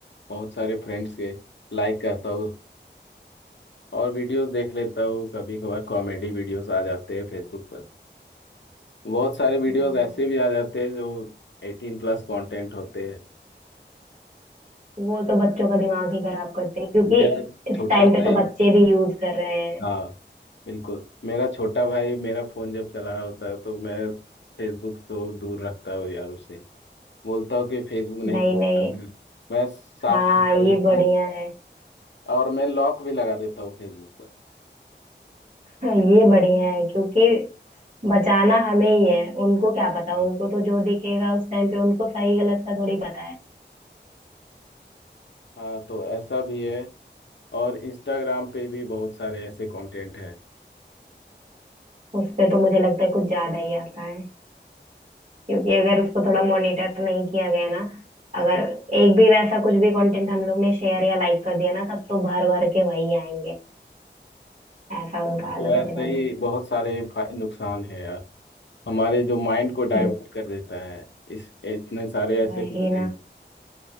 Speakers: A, on the left; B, on the right.
A: बहुत सारे फ्रेंड्स के लाइक करता हूँ और वीडियोस देख लेता हूँ कभी कभार कॉमेडी वीडियोस आ जाते हैं फेसबुक पर बहुत सारे वीडियोस
B: हाँ,
A: ऐसे भी आ जाते हैं जो एटीन प्लस कंटेंट होते हैं
B: वो तो बच्चों का दिमाग ही खराब करते हैं क्योंकि
A: मेरा
B: इस
A: छोटा
B: टाइम पे
A: भाई
B: तो बच्चे भी यूज कर रहे हैं
A: हाँ बिल्कुल मेरा छोटा भाई मेरा फोन जब चला रहा होता है तो मैं फेसबुक तो दूर रखता हूँ यार उसे बोलता हूँ कि फेसबुक नहीं
B: नहीं
A: कुछ
B: नहीं
A: करना है। मैं साफ
B: हाँ
A: कर देता
B: ये बढ़िया
A: हूँ
B: है
A: और मैं लॉक भी लगा देता हूँ फेसबुक पर
B: <laughs> हाँ, ये बढ़िया है क्योंकि बचाना हमें ही है उनको क्या पता
A: हाँ
B: उनको तो जो दिखेगा उस टाइम पे उनको सही गलत का थोड़ी पता है
A: हाँ, तो ऐसा भी है और इंस्टाग्राम पे भी बहुत सारे ऐसे कंटेंट हैं
B: उस पे तो मुझे लगता है कुछ ज्यादा ही आता क्योंकि अगर उसको थोड़ा मॉनिटर नहीं किया गया ना अगर एक भी वैसा कुछ भी कंटेंट हम लोग ने शेयर या लाइक कर दिया ना तब तो भर भर के वही आएंगे ऐसा उनका
A: तो
B: एल्गोरिदम
A: ऐसे ही
B: है
A: बहुत सारे फा- नुकसान है यार हमारे जो माइंड को डाइवर्ट
B: हम लोग-
A: कर देता है इस इतने सारे ऐसे
B: वही
A: कंटेंट
B: ना